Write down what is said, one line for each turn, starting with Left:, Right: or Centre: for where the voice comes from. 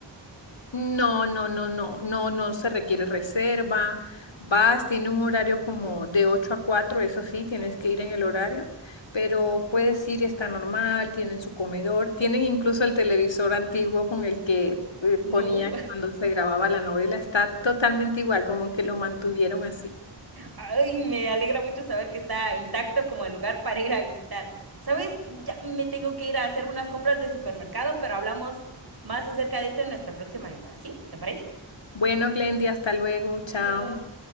Left: No, no, no, no, no, no se requiere reserva. Vas, tiene un horario como de 8 a 4. eso sí, tienes que ir en el horario, pero puedes ir, está normal, tienen su comedor, tienen incluso el televisor antiguo con el que eh, ponía
Right: No, <laughs>
Left: cuando se grababa la novela, está totalmente igual, como que lo mantuvieron así.
Right: ay, me alegra mucho saber que está intacto como el lugar para ir a visitar. ¿Sabes? Ya me tengo que ir a hacer unas compras de supermercado, pero hablamos más acerca de esto en nuestra próxima llamada. ¿Sí? ¿Te parece?
Left: Bueno, Glendy, hasta luego, chao.
Right: Adiós.